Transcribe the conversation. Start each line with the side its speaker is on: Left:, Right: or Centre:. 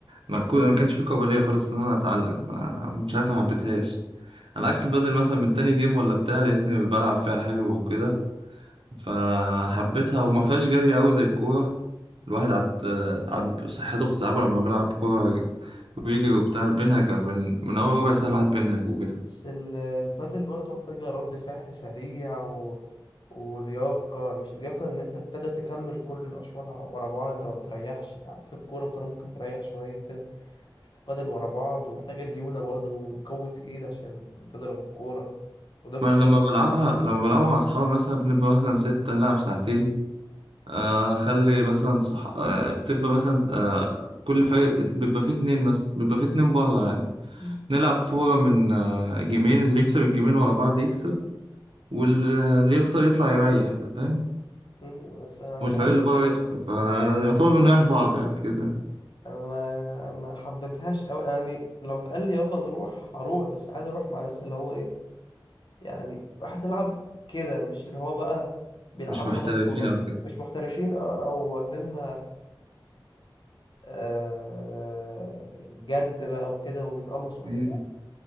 Right: ما كو- ما كانش في قابليه خالص ان انا اتعلم ما- مش عارف ما حبيتهاش على عكس البادل مثلا من تاني جيم ولا بتاع لقيتني بلعب فيها حلو وكده فحبيتها وما فيهاش جري قوي زي الكوره الواحد عاد عاد صحته بتتعبه لما بيلعب كوره ويجري وبتاع بينهج من من اول ربع ساعه الواحد بينهج وكده
Left: بس ال- البادل برضو محتاجة رد فعل سريع و... ولياقة مش لياقة إن أنت تقدر تكمل كل الأشواط ع- ورا بعض أنت ما بتريحش عكس الكورة الكورة ممكن تريح شوية كده لكن البادل ورا بعض ومحتاجة ليونة برضو وقوة إيد عشان تضرب الكورة ودقة
Right: ما انا لما بلعبها لما بلعبها مع اصحابي مثلا بنبقى مثلا ستة نلعب ساعتين آه، اخلي مثلا صح... آه، بتبقى مثلا آه، كل فريق بيبقى فيه اتنين مثلا بيبقى فيه اتنين بره يعني
Left: مم.
Right: نلعب فورة من آه، جيمين اللي يكسب الجيمين ورا بعض يكسب واللي يخسر يطلع يريح انت فاهم
Left: مم، بس أنا
Right: والفريق
Left: مش عارف
Right: اللي بره
Left: هي-
Right: يدخل فيعتبر بنريح بعض يعني كده
Left: أنا ما ما حبيتهاش أوي يعني لو اتقال لي يلا نروح هروح بس عايز أروح مع ناس اللي هو إيه يعني راح تلعب كده مش اللي هو بقى بيلعبوا
Right: مش محترفين
Left: بقى بطولات
Right: او كده
Left: مش محترفين اه او واخدينها آه، جد بقى وكده ويتقمصوا
Right: مم.
Left: حاجات دي